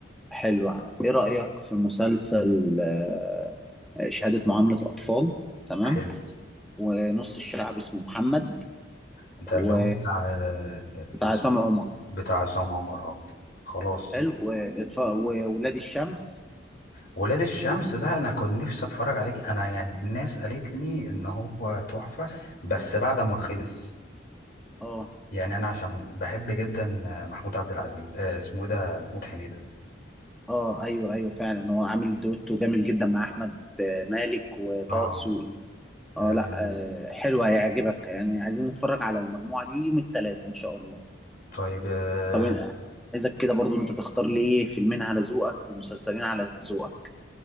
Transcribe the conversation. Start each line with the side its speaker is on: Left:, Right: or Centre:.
Centre: حلو ايه رأيك في مسلسل آه، شهادة معاملة أطفال تمام
Left: حلو
Centre: ونص الشعب اسمه محمد
Left: ده
Centre: و...
Left: اللي هو بتاع آه، آه،
Centre: بتاع
Left: اسمه
Centre: عصام عمر
Left: بتاع عصام عمر اه خلاص
Centre: حلو وإطفاء وولاد الشمس
Left: ولاد الشمس ده انا كنت نفسي اتفرج عليه انا يعني الناس قالت لي ان هو تحفة بس بعد ما خلص
Centre: اه
Left: يعني انا عشان بحب جدا محمود عبد العزيز آه اسمه ايه ده محمود حميدة
Centre: اه ايوه ايوه فعلا هو عامل دويتو جامد جدا مع احمد آه، مالك وطه
Left: اه
Centre: دسوقي اه
Left: آه،
Centre: لا
Left: بالنسبة
Centre: آه حلو هيعجبك يعني عايزين نتفرج على المجموعه دي يوم الثلاث ان شاء الله
Left: طيب آه
Centre: طب أنا عايزك كده برضو انت تختار لي ايه فيلمين على ذوقك ومسلسلين على ذوقك